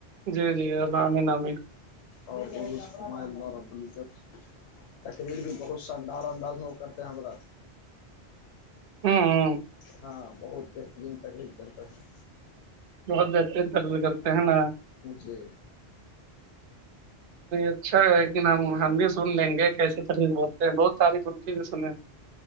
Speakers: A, on the right; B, on the left.
A: جی جی الام نامی
B: اور پائند رہ پلیس تقریر بھی بہت شاندار انداز میں وہ کرتے ہیں ہمارا
A: ہوں
B: ہاں بہت بہترین تکلیف کرتاے ہیں
A: ج بتن تر کرتے ہیںناا
B: جی
A: اچھا ہے لیکن ہم ہم بھی سن لیں گے کیسی تریف ہوتے ہیں بہت تاریفنتی بھی سنے